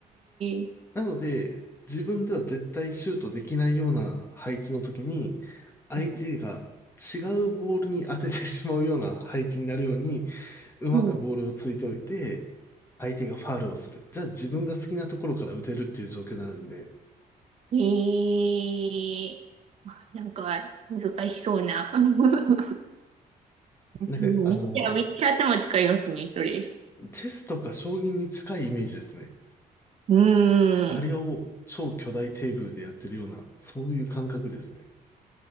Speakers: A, on the right; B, on the left.
A: え、
B: なので、自分では絶対シュートできないような配置の時に、相手が違うボールに当ててしまうような配置になるように、
A: うん、
B: うまくボールをついておいて、
A: うん
B: 相手がファールをする。じゃあ自分が好きなところから打てるっていう状況になるんで、
A: へえ、あなんか難しそうな。<laughs> うんいや、
B: なんか、あの、
A: めっちゃ頭使いますね、それ。
B: チェスとか将棋に近いイメージですね。
A: うーん。
B: あれを超巨大テーブルでやってるような、そういう感覚ですね。